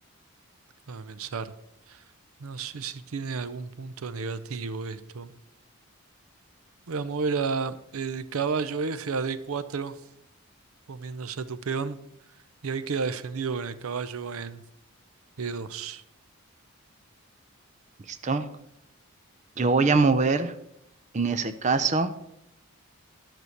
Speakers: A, on the right; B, on the right.
A: Déjame pensar. No sé si tiene algún punto negativo esto. Voy a mover a el caballo F a D4, comiéndose a tu peón. Y ahí queda defendido con el caballo en E2.
B: ¿Listo? Yo voy a mover, en ese caso,